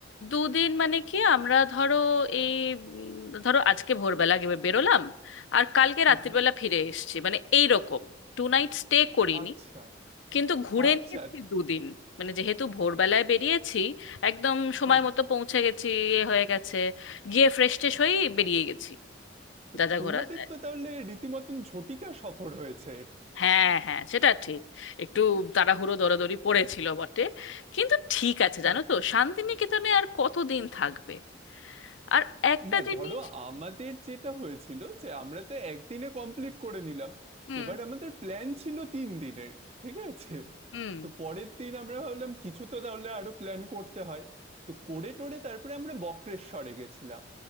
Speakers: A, on the left; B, on the right.
A: দুদিন মানে কি আমরা ধরো এই উম, ধরো আজকে ভোরবেলা গে- বেরোলাম আর কালকে
B: হুম
A: রাত্রিবেলা
B: হুম
A: ফিরে এসেছি মানে এই রকম টু নাইট স্টে করিনি
B: আচ্ছা
A: কিন্তু ঘুরে
B: আচ্ছা
A: নিয়েছি দুদিন মানে যেহেতু ভোরবেলায় বেরিয়েছি একদম সময়
B: হুম
A: মতো পৌঁছে গেছি এ হয়ে গেছে গিয়ে ফ্রেশ ট্রেশ হয়েই বেরিয়ে গেছি
B: তো
A: যা যা
B: তোমাদের
A: ঘোরা যায়
B: তো তাহলে রীতিমতন ঝটিকা সফর হয়েছে
A: হ্যাঁ হ্যাঁ সেটা ঠিক একটু তাড়াহুড়ো দরাদরি পড়েছিল বটে কিন্তু ঠিক আছে
B: হ্যাঁ
A: জানো তো শান্তিনিকেতনে আর কতদিন থাকবে আর একটা
B: না
A: জিনিস
B: ধরো আমাদের যেটা হয়েছিল যে আমরা তো একদিনে কমপ্লিট করে নিলাম
A: হুম
B: এবার আমাদের প্ল্যান ছিল তিন দিনের ঠিক আছে
A: হুম
B: তো পরের দিন আমরা ভাবলাম কিছু তো তাহলে আরো প্ল্যান করতে হয় তো করে টোরে তারপরে আমরা বক্রেশ্বরে গেছিলাম